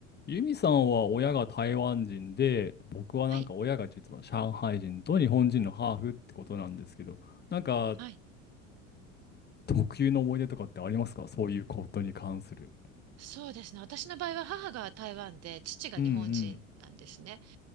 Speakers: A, on the left; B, on the right.
A: ユミさんは親が台湾人で、僕はなんか親が実は上海人と日本人のハーフってことなんですけど、
B: はい。
A: なんか
B: はい。
A: 特有の思い出とかってありますかそういうことに関する。
B: そうですね。私の場合は母が台湾で、父が日本人なんですね。
A: うんうん。